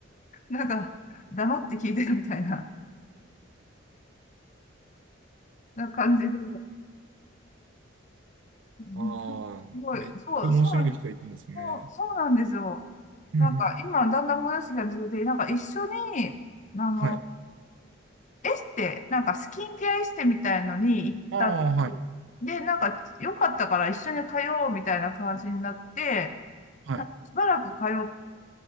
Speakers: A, on the left; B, on the right.
A: なんか、黙って聞いてるみたいな、な感じで。うん
B: ああ、
A: すごい、
B: めっちゃ面白い人いてますね。
A: そう、そうなん、そうそうなんですよ。
B: うん。
A: なんか今、だんだんもやしが出てて、なんか一緒に、あの、
B: はい。
A: エステ、なんかスキンケアエステみたいのに行ったんです。
B: ああ、はい、
A: で、なんか良かったから一緒に通おうみたいな感じになって、
B: はい、
A: なんかしばらく通っ